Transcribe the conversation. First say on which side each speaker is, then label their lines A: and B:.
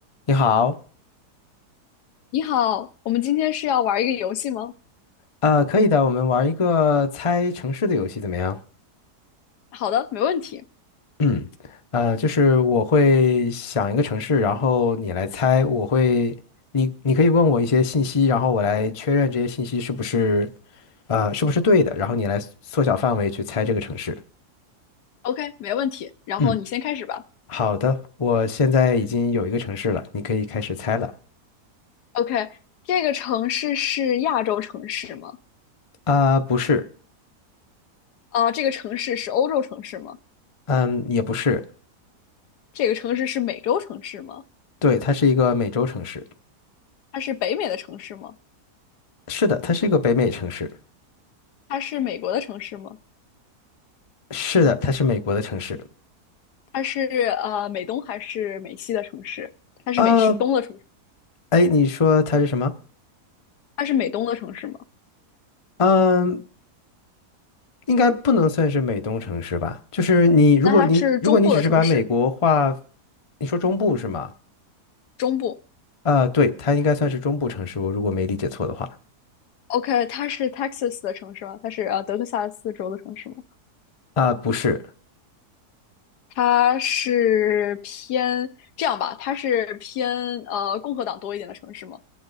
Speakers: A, on the left; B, on the left.
A: 你好，
B: 你好，我们今天是要玩一个游戏吗？
A: 呃，可以的，我们玩一个猜城市的游戏怎么样？
B: 好的，没问题。
A: 嗯 <clears throat>，呃，就是我会想一个城市，然后你来猜，我会，你你可以问我一些信息，然后我来确认这些信息是不是，呃，是不是对的，然后你来缩小范围去猜这个城市。
B: OK，没问题。然后你先开始吧。
A: 嗯，好的，我现在已经有一个城市了，你可以开始猜了。
B: OK，这个城市是亚洲城市吗？
A: 啊、不是，
B: 啊、这个城市是欧洲城市吗？
A: 嗯，也不是，
B: 这个城市是美洲城市吗？
A: 对，它是一个美洲城市，
B: 它是北美的城市吗？
A: 是的，它是一个北美城市，
B: 它是美国的城市吗？
A: 是的，它是美国的城市。
B: 它是呃美东还是美西的城市？它是美西东的城市？
A: 啊，哎，你说它是什么？
B: 它是美东的城市吗？
A: 嗯，应该不能算是美东城市吧？就是你，如果你如果你只是把美国划，
B: 那它是中部的城市，
A: 你说中部是吗？
B: 中部。
A: 啊，对，它应该算是中部城市，我如果没理解错的话。
B: OK，它是 Texas 的城市吗？它是呃德克萨斯州的城市吗？
A: 啊，不是，
B: 它是偏这样吧，它是偏呃共和党多一点的城市吗